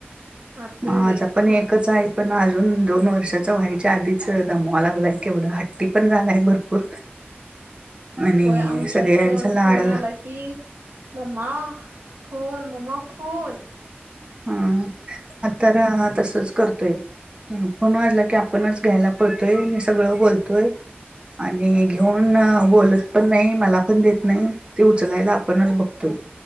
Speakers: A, on the right; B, on the right.
A: मारतोय
B: माझा
A: लय
B: पण एकच
A: आज.
B: आहे पण अजून दोन वर्षाचा व्हायच्या आधीच दमावां लागलाय केवढा, हट्टी पण झालाय भरपूर. आणि
A: होय आमच्यात
B: सगळ्यांच
A: पण
B: लाड
A: फोन आला की मम्मा फोन मम्मा फोनं.
B: हां हां आता तर तसंच करतोय. हम्म, फोन वाजला की आपणच घ्यायला पळतोय, नि सगळं बोलतोय. आणि घेऊन बोलतपण नाय, मला पण देत नाय, ते उचलायला आपणच बघतुय.